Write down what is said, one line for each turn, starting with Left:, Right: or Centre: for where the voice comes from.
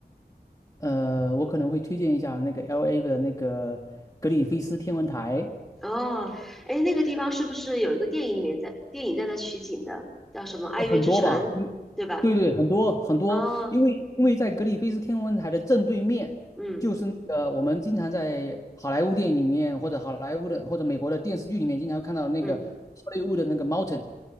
Left: 呃，我可能会推荐一下那个 LA 的那个格里菲斯天文台。
Centre: 哦，哎，那个地方是不是有一个电影里面在电影在那取景的，叫什么《爱乐之城》，
Left: 呃很多吧，嗯，
Centre: 对吧？
Left: 对对，很多很多，
Centre: 哦，
Left: 因为因为在格里菲斯天文台的正对面，
Centre: 嗯
Left: 就是那个我们经常在好莱坞电影里面，或者好莱坞的或者美国的电视剧里面，经常看到那个
Centre: 嗯，
Left: h o l 的那个 mountain。